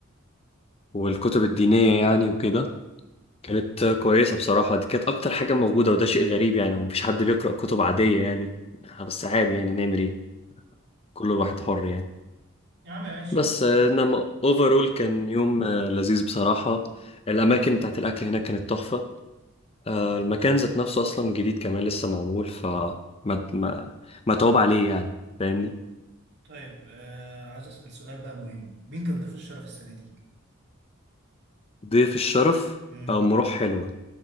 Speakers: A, on the left; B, on the right.
A: والكتب الدينية يعني وكده كانت كويسة بصراحة دي كانت أكتر حاجة موجودة وده شيء غريب يعني ومفيش حد بيقرأ كتب عادية يعني بس عادي يعني نعمل إيه كل واحد حر يعني
B: يا عم ماشي
A: بس آه، إنما أوفرول كان يوم آه، لذيذ بصراحة الأماكن بتاعت الأكل هناك كانت تحفة آه، المكان ذات نفسه أصلا جديد كمان لسه معمول ف ما ما متعوب عليه يعني فاهمني
B: طيب آه عايز أسأل سؤال بقى مهم مين كان ضيف الشرف السنة دي؟
A: ضيف الشرف
B: امم
A: أو مروح حلوة